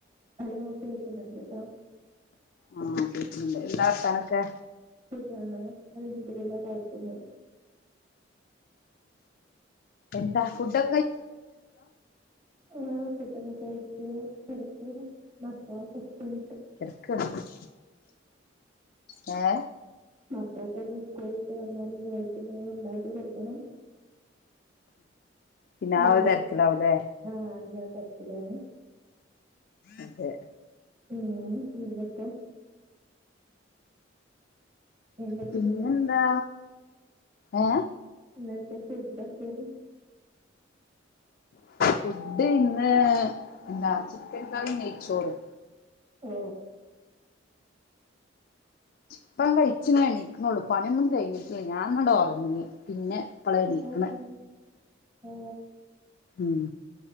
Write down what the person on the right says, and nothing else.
ഹലോ കേൾക്കുന്നുണ്ട് ട്ടോ.
സുഖാണ് അൽഹംദുലില്ലാ കുഴപ്പമില്ല.
ആഹ ഫുഡ് ഒക്കെ കഴിച്ച് കിട്ക്കകണ് മക്കളൊക്കെ സ്കൂൾ
മക്കളൊക്കെ സ്കൂൾ ഇട്ട് വന്നാല് ഓർക്ക് എന്തെങ്കിലും ഉണ്ടാക്കി കൊടുക്കണം.
ഉ
ആഹ ഞാ തക്കിലാണ്.
ഉം നിങ്ങൾക്കോ എന്താ
ഫുഡ്
ഇനാ എന്ത ഫുഡ് എന്തായിരുന്നു.
ഓ
<unintelligible> ആ